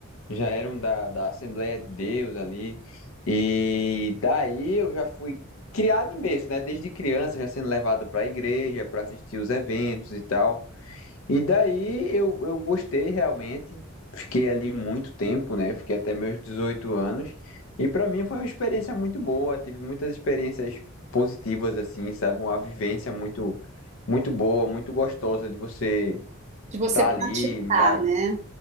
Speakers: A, on the left; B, on the right.
A: já eram da, da Assembleia de Deus ali. E daí eu já fui criado em berço, né? Desde criança, já sendo levado para a igreja, para assistir os eventos e tal. E daí eu, eu gostei realmente. Fiquei ali muito tempo, né? Fiquei até meus 18 anos. E para mim foi uma experiência muito boa. Tive muitas experiências positivas, assim, sabe? Uma vivência muito, muito boa, muito gostosa de você
B: De você
A: estar
B: praticar,
A: ali, mais
B: né?